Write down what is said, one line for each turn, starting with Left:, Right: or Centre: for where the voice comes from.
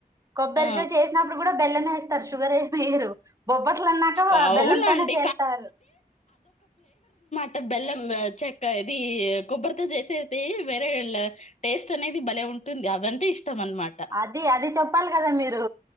Right: కొబ్బరితో
Left: ఆ
Right: చేసినప్పుడు కూడా బెల్లం ఏ వేస్తారు షుగర్ ఏమి వేయరు బొబ్బట్లు అన్నాక
Left: అవునండి.
Right: బెల్లంతోనే చేస్తారు.
Left: అ బెల్లం చెక్క ఇది కొబ్బరితో చేసేది వేరే టేస్ట్ అనేది భలే ఉంటుంది అదంటే ఇష్టం అనమాట.
Right: అది అది చెప్పు చెప్పాలి కదా మీరు